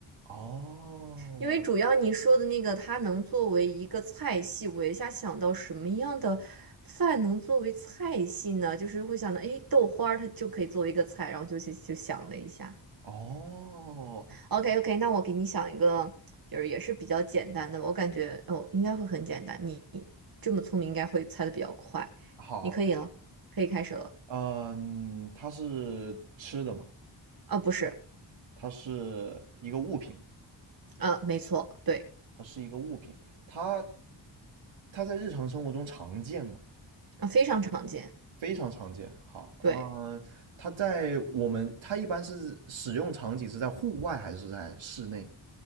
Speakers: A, on the right; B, on the right.
A: 哦
B: 因为主要你说的那个它能作为一个菜系，我一下想到什么样的饭能作为菜系呢？就是会想到，哎，豆花儿它就可以作为一个菜，然后就去就想了一下。
A: 哦
B: OK OK，那我给你想一个，就是也是比较简单的吧，我感觉哦应该会很简单，你这么聪明应该会猜的比较快，
A: 好，
B: 你可以了，可以开始了。
A: 嗯，它是吃的嘛，
B: 啊，不是，
A: 它是一个物品，
B: 嗯，没错，对，
A: 它是一个物品，它它在日常生活中常见嘛，
B: 啊，非常常见，
A: 非常常见。好，
B: 对，
A: 嗯，它在我们，它一般是使用场景是在户外还是在室内？